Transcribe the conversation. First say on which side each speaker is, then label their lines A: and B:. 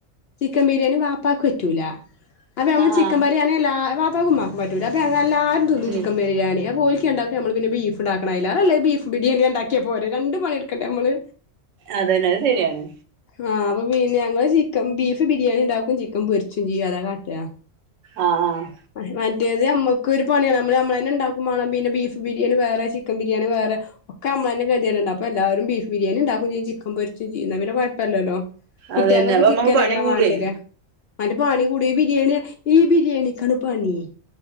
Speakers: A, on the left; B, on the right.
A: ചിക്കൻ ബിരിയാണി വാപ്പാക്ക് പറ്റൂല. അപ്പൊ നമ്മള്
B: ആഹ്
A: ചിക്കൻ
B: ആഹ്
A: പ ബിരിയാണി എല്ലാ വാപ്പാക്കും ഉമ്മാക്കും പറ്റൂല അപ്പോ ഞങ്ങള് എല്ലാരും തിന്നും ചിക്കൻ
B: ഉം
A: ബിരിയാണി അപ്പ ഓരി ഈ രണ്ടാക്ക് നമ്മള് പിന്നെ ബീഫ്ണ്ടാക്കണം അയ്ലേറെ നല്ലത് ബീഫ് ബിരിയാണി ആ ഇണ്ടാക്കാപ്പോരേ രണ്ട് പണി എടുക്കണ്ടേ നമ്മള്
B: അതന്നെ അത് ശെരിയാണ്
A: ആഹ് അപ്പൊ പിന്നെ ഞങ്ങള് ചിക്കൻ ബീഫ് ബിരിയാണി ഉണ്ടാക്കും ചിക്കൻ പൊരിച്ചും ചെയ്യും അതാ കാട്ടുക.
B: ആഹ് ആഹ്
A: മ മറ്റേതു നമ്മക്ക് ഒരു പണിയാണ് നമ്മള് നമ്മള തന്നെ ഇണ്ടാക്കും വേണം പിന്നെ ബീഫ് ബിരിയാണി വേറെ ചിക്കൻ ബിരിയാണി വേറെ ഒക്കെ അമ്മള് <unintelligible> അപ്പൊ എല്ലാരും ബീഫ് ബിരിയാണി ഉണ്ടാക്കും ചെയ്യും ചിക്കൻ പൊരിചെമ് ചെയ്യും എന്നാ പിന്നെ കുഴപ്പമല്ലല്ലോ കുട്ട്യക്കൊക്കെ
B: അതന്നെ അപ്പൊ
A: ചിക്കൻ
B: നമ്മുക്ക് പണി
A: ആർക്കുംവാണ്ടി
B: കൂടേ
A: വരിക മറ്റ പണി കൂടി ഈ ബിരിയാണി ഈ ബിരിയാണിക്കാണ് പണി